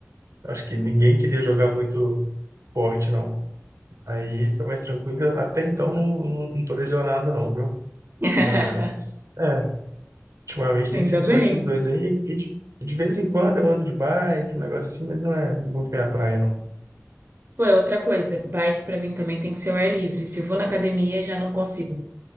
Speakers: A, on the right (about 80°); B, on the right (about 45°).
A: Acho que ninguém queria jogar muito forte, não. Aí foi mais tranquilo. Até então não, não, não tô lesionado, não, viu?
B: <laughs>
A: Mas. É, Ultimamente
B: Ainda
A: tem sido só
B: bem.
A: esses dois aí. E de, e de vez em quando eu ando de bike, um negócio assim, mas não é muito minha praia, não.
B: Pô, é outra coisa, bike pra mim também tem que ser ao ar livre. Se eu vou na academia, já não consigo.